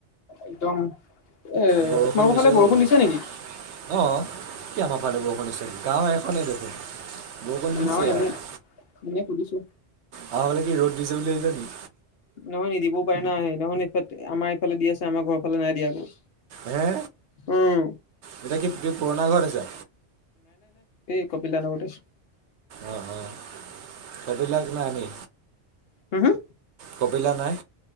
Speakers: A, on the left (about 65°); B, on the right (about 75°).
A: একদম এ
B: বৰষুণ
A: তোমালোকৰ
B: দিছে,
A: ফালে বৰষুণ
B: অঔ
A: নেকি
B: অ' কি আমাৰ ফালে বৰষুণ দিছে। গাঁও এখনেই দেখোন। বৰষুণ দিছে
A: নহয় এনে
B: আৰু,
A: এনে সুধিছো
B: আমাৰফালে কি ৰ'দ দিছে বুলি ভাবিছা নেকি?
A: নহয় নিদিবও পাৰি না, নহয়নফালে আমাৰ এইফে দি আছে আমাৰ ঘৰৰ ফালে নাই দিয় আকৌ।
B: হে,
A: উম
B: এতিয়া কি তি পুৰণা ঘৰত আছা?
A: ক পিলা নে গোটেই?
B: অ' অ' কবিলাক ন আমি।
A: হম হ,
B: কপিলা নাই